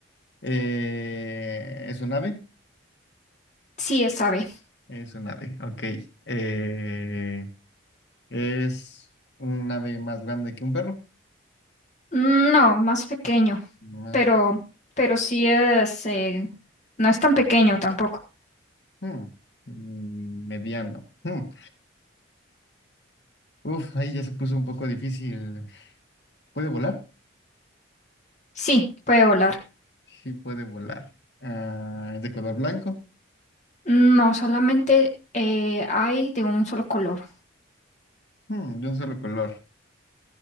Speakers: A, on the left; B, on the left.
A: Eh, ¿es un ave?
B: Sí, es ave.
A: Es un ave, ok. Eh, ¿es un ave más grande que un perro?
B: Mm, No, más pequeño,
A: Más
B: pero, pero sí es, eh, no es tan pequeño tampoco.
A: Mm, mm, Mediano. Mm, Uf, ahí ya se puso un poco difícil. ¿Puede volar?
B: Sí, puede volar.
A: Sí, puede volar. Ah, ¿es de color blanco?
B: No, solamente eh, hay de un solo color.
A: Mm, De un solo color.